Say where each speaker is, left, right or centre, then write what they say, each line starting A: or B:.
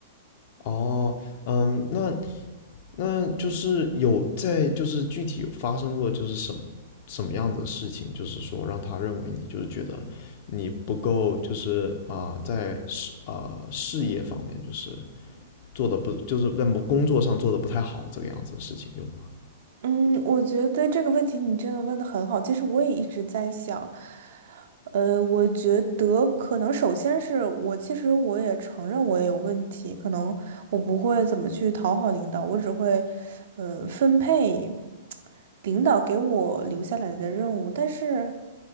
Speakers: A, on the left; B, on the right.
A: 哦，嗯，那那就是有在，就是具体有发生过，就是什么什么样子的事情，就是说让他认为你就是觉得你不够，就是啊、呃在事啊、呃事业方面就是做的不，就是在工作上做的不太好这个样子的事情有吗
B: 嗯，我觉得这个问题你真的问的很好。其实我也一直在想，呃，我觉得可能首先是我，其实我也承认我也有问题，可能我不会怎么去讨好领导，我只会，呃，分配。领导给我留下来的任务，但是，